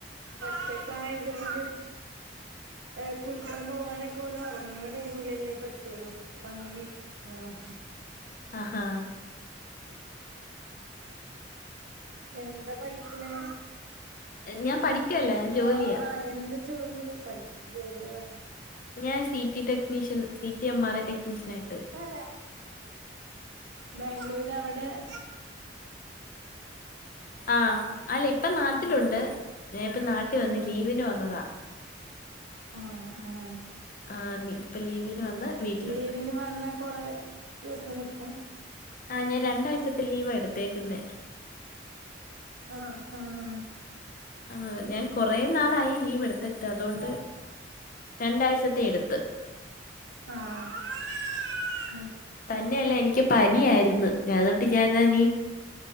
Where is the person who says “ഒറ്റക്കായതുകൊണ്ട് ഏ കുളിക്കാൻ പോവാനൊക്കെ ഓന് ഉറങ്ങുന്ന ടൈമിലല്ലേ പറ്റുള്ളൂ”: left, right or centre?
Right